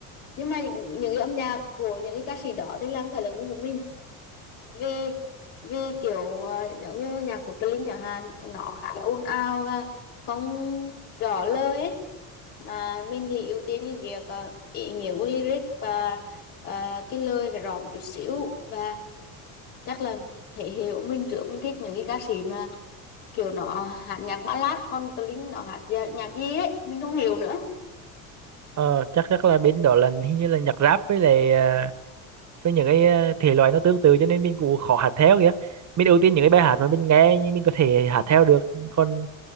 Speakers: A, on the left; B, on the right.
A: nhưng mà những, những cái âm nhạc của những cái ca sĩ đó thì là không phải là gu của mình vì vì kiểu ờ, giống như nhạc của Tlinh chẳng hạn nó khá là ồn ào và không rõ lời ấy. mà mình thì ưu tiên cái việc ờ, ý nghĩa của lyric và ờ, cái lời phải rõ một chút xíu và chắc là thể hiện của mình trước mình thích những cái ca sĩ mà kiểu nó hát nhạc ballad còn Tlinh nó hát nhạc, nhạc gì ấy mình không hiểu nữa
B: ờ, chắc chắc là bên đó là hình như là nhạc rap với lại ờ, với những cái ờ, thể loại nó tương tự cho nên mình cũng khó hát theo kìa mình ưu tiên những cái bài hát mà mình nghe nhưng mình có thể hát theo được còn